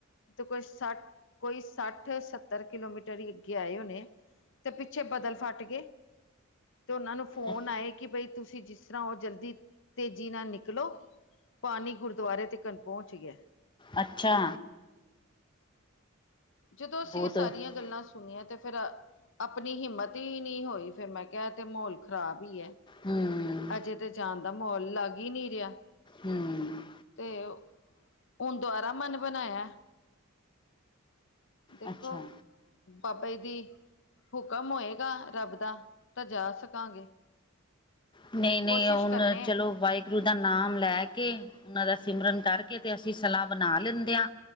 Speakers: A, on the left; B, on the left.
A: ਤੇ ਕੋਈ ਸੱਠ, ਕੋਈ ਸੱਠ-ਸੱਤਰ ਕਿਲੋਮੀਟਰ ਈ ਅੱਗੇ ਆਏ ਹੋਨੇ ਤੇ ਪਿੱਛੇ ਬਦਲ ਫਾੱਟ ਗੇ। ਤੇ ਓਨਾਂ ਨੂੰ ਫੋਨ
B: ਅੱਛਾ
A: ਆਏ ਕਿ ਬਈ ਤੁਸੀਂ ਜਿਸਰਾਂ ਓ ਜਲਦੀ, ਤੇਜੀ ਨਾਲ ਨਿਕਲੋ ਪਾਨੀ ਗੁਰਦਵਾਰੇ ਤਿਕੰਨ ਪੋਚ ਗੇਆ।
B: ਅੱਛਾ।
A: ਜਦੋਂ ਅਸੀਂ
B: ਬਹੁਤ
A: ਏ ਸਾਰੀਆਂ
B: ਹੂੰ
A: ਗੱਲਾਂ ਸੁਨੀਆਂ ਤੇ ਫੇਰ ਆਪਨੀ ਹਿੰਮਤ ਈ ਨੀ ਹੋਈ ਫੇਰ ਮੈਂ ਤੇ ਐ ਤੇ ਮਾਹੌਲ ਖਰਾਬ ਈ ਐ,
B: ਹੂੰ
A: ਅਜੇ ਤੇ ਜਾਨ ਦਾ ਮਹੌਲ ਲਾੱਗ ਈ ਨੀ ਰੇਆ।
B: ਹੂੰ।
A: ਤੇ ਓ, ਹੁਨ ਦੁਆਰਾ ਮਨ ਬਨਾਯਾ? ਦੇਖੋ
B: ਅੱਛਾ
A: ਬਾਬੇ ਈ ਦੀ, ਹੁਕਮ ਹੋਏਗਾ ਰੱਬ ਦਾ ਤਾਂ ਜਾ ਸਕਾਂਗੇ।
B: ਨਈ-ਨਈ
A: ਕੋਸ਼ਿਸ਼
B: ਹੁਨ
A: ਕਰਨੇ
B: ਚਲੋ ਵਾਈ ਗੁਰੂ ਦਾ ਨਾਮ ਲੈ ਕੇ, ਉਨਾਂ ਦਾ ਸਿਮਰਨ ਕਾਰਕੇ 'ਤੇ ਅਸੀ ਸਲਾ ਬਨਾ ਲੈਂਦੇ ਆਏ।